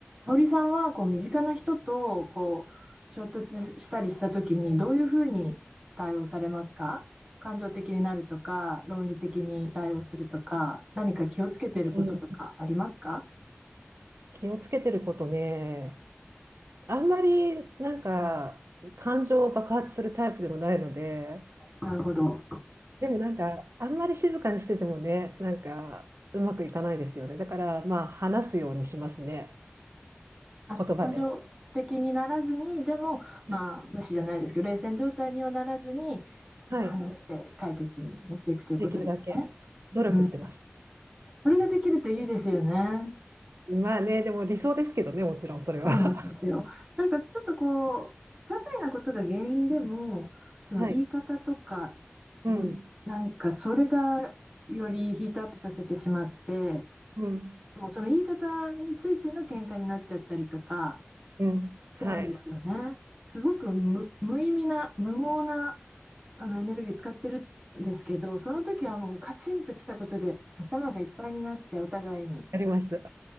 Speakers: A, on the right (about 20°); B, on the right (about 75°).
A: 香織さんはこう身近な人とこう衝突したりした時にどういうふうに対応されますか感情的になるとか論理的に対応するとか何か気をつけてることとかありますか
B: うん気をつけてることね、あんまりなんか感情を爆発するタイプでもないので、
A: なるほど。
B: でもなんかあんまり静かにしててもね、なんかうまくいかないですよね。だからまあ話すようにしますね、
A: あ、
B: 言葉で。
A: 感情的にならずにでも、
B: はい、
A: まあ、無視じゃないですけど冷戦状態にはならずに
B: はい
A: 話して解決に持っていくということですね。
B: できるだけ努力してます。
A: うん、それができるといいですよね。
B: まあね、でも理想ですけどね、もちろんそれは。
A: そうなんですよ。なんかちょっとこう、些細なことが原因でも、その言い方とか
B: <laughs> はい。うん、
A: で、なんかそれがよりヒートアップさせてしまって、
B: うん、
A: もうその言い方についての喧嘩になっちゃったりとか
B: うん。
A: しちゃうんですよね。
B: はい。
A: すごく無、無意味な、無謀なあのエネルギー使ってるんですけど、その時はもうカチンときたことで頭がいっぱいになってお互いに、
B: あります。